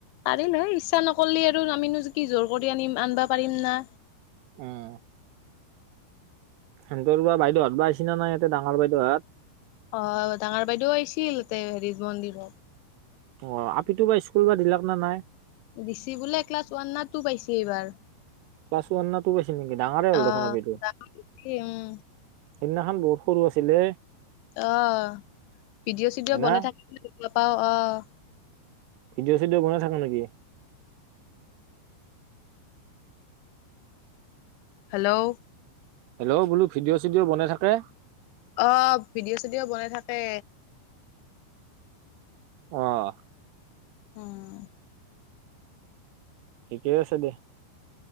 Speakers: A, on the left; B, on the right.
A: পাৰিল হয়, ইচ্ছা নকৰিলে আৰু আমিনো কি জোৰ কৰি আনিম আনিবা পাৰিম না।
B: উম। সেনতৰ বা বাইদেউহাত বা আচিনা নাই ইয়াতে ডাঙৰ বাইদেউহাত
A: অ ডাঙৰ বাইদেউ আহিছিল তে হেৰিত মন্দিৰত।
B: অ আপিতো বা স্কুল বা দিলাক না নাই?
A: দিছি বোলে এ ক্লাছ ওৱান না টু পাইছি এইবাৰ।
B: ক্লাছ ওৱান না টু পাইছি নেকি ডাঙৰে হ'ল
A: অ'
B: দেখোন আপিটো,
A: উম
B: সেইদিনাখন বৰোস সৰু আছিলে।
A: অহ ভিডিঅ' চিডিঅ'
B: হয়
A: বনাই
B: না
A: থাকিলে দেখিব পাও অহ।
B: ভিডিঅ চিডিঅ বনাই থাক নেকি?
A: হেল্ল'
B: হেল্ল' বোলো ভিডিঅ' চিডিঅ' বনাই থাকে।
A: অ ভিডিঅ' চিডিঅ' বনাই থাকে।
B: অহ।
A: উম।
B: ঠিকেই আছে দে।